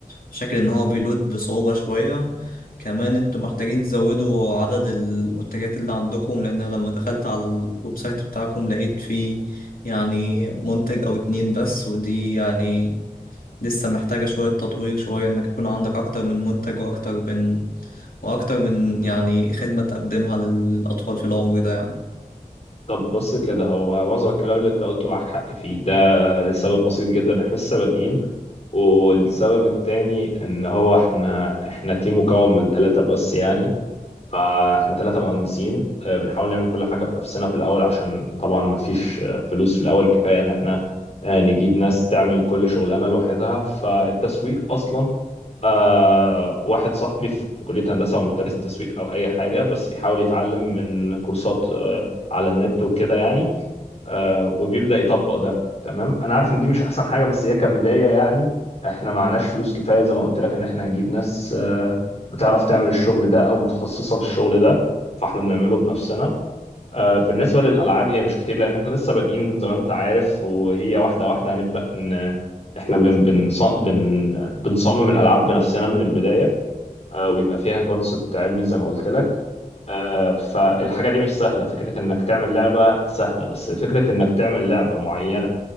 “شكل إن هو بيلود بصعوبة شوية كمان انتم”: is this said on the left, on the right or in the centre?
Left